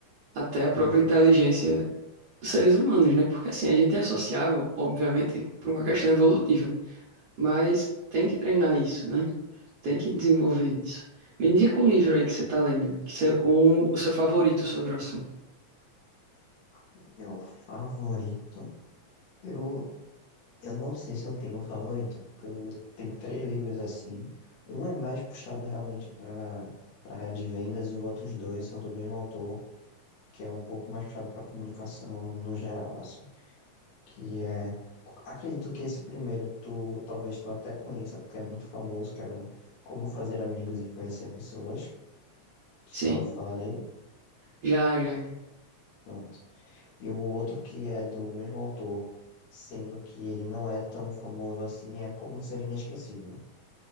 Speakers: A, on the right; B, on the left.
A: até a
B: também.
A: própria inteligência dos seres humanos, né? Porque assim, a gente é sociável, obviamente, por uma questão evolutiva, mas tem que treinar isso, né? Tem que desenvolver isso. Me indica um livro aí que você tá lendo, que você, ou um, o seu favorito sobre o assunto.
B: O Meu favorito. Eu, eu não sei se eu tenho um favorito, porque eu tenho três livros assim. Um é mais puxado realmente para para área de vendas e os outros dois são do mesmo autor, que é um pouco mais puxado para comunicação no geral, assim. Que é, acredito que esse primeiro tu talvez tu até conheça, porque é muito famoso, que é o Como Fazer Amigos e Conhecer Pessoas. Tu
A: Sim,
B: já ouviu falar dele?
A: já, já. já.
B: Pronto. E o outro que é do mesmo autor, sendo que ele não é tão famoso assim, é Como Ser Inesquecível.